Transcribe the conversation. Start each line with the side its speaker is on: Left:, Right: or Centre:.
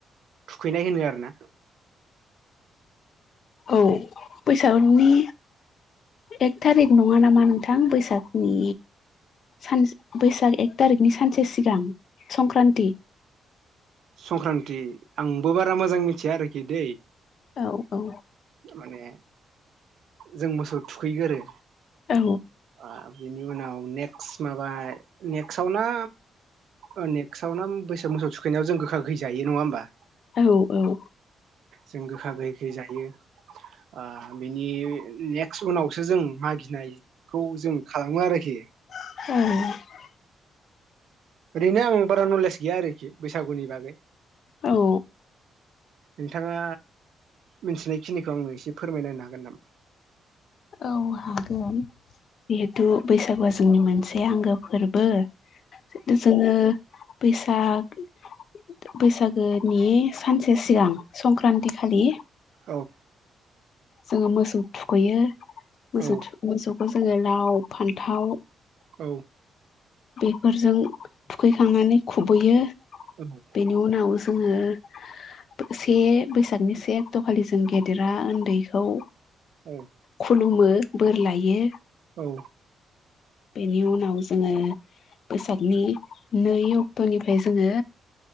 Right: थुखैनाय होनो आरो ना
Left: औ बैसागोनि एक थारिक नङा नामा नोंथां बैसागनि सान बैसाग एक तारिकनि सानसे सिगां संक्रान्ति
Right: संक्रान्ति आंबो बारा मोजां मिथिया आरोखि दै
Left: औ औ
Right: माने जों मोसौ थुखैगोरो
Left: औ
Right: आ बिनि उनाव नेक्स्ट माबा नेक्स्टाव ना ओ नेक्स्टआव ना बैसाग मोसौ थुखैनायाव जों गोखा गोखै जायो नङा होमबा
Left: औ औ
Right: जों गोखा गोैखै जायो ओ बिनि नेक्स्ट उनावसो जों मागिनाय खौ जों खालामो आरोखि
Left: औ
Right: ओरैनो आं बारा नलेज गैया आरोखि बैसागुनि बागै
Left: औ
Right: नोंथाङा मिथिनायखिनिखौ आंनो एसे फोरमायना होनो हागोन नामा
Left: औ हागोन जिहेथु बैसागुआ जोंनि मोनसे आंगो फोरबो जितु जोङो बैसाग बैसागोनि सानसे सिगां संक्रान्ति खालि
Right: औ
Left: जों मोसौ थुखैयो मोसौ
Right: औ
Left: थु मोसौखौ जोङो लाव फान्थाव
Right: औ
Left: बेफोरजों थुखैखांनानै खुबैयो
Right: औ
Left: बेनि उनाव जोङो से बैसागनि से अक्ट'खालि जों गेदेरा उन्दैखौ
Right: औ
Left: खुलुमो बोर लायो
Right: औ
Left: बेनि उनाव जोङो बैसागनि नै अक्ट'निफ्राय जोङो